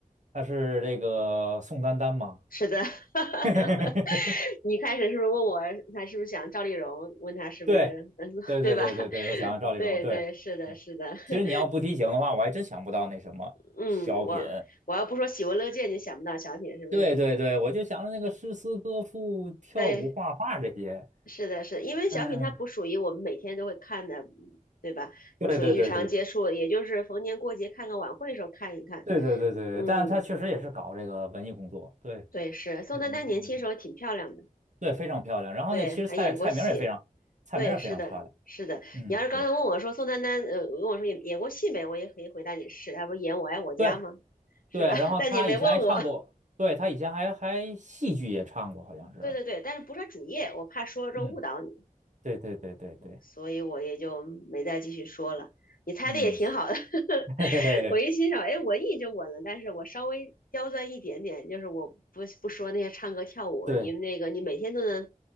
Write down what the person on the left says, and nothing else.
是的，<laughs>
你开始是不是问我他是不是想赵丽蓉？问他是不是，
<laughs> 嗯，
对吧？<laughs>
对对，
是的，是的，<laughs>
嗯，我我要不说喜闻乐见，你想不到小品是不是？
对，
是的，是的因为小品它不属于我们每天都会看的，
嗯对吧？
不属于日常接触，也就是逢年过节看个晚会的时候看一看。
嗯，
对，是宋丹丹年轻时候挺漂亮的，
对，还演过戏。
对，是的，是的。
你要是刚才问我说宋丹丹，
呃，问我说演演过戏没，我也可以回答你是，她不是演《我爱我家》吗？
是吧？
<laughs>
但你没问我。
对对对，但是不是她主业，我怕说了之后误导你，
所以我也就没再继续说了。你猜的也挺好的。
<laughs>
我一欣赏，哎，文艺就稳了，但是我稍微刁钻一点点，就是我不不说那些唱歌跳舞，
因为那个你每天都能，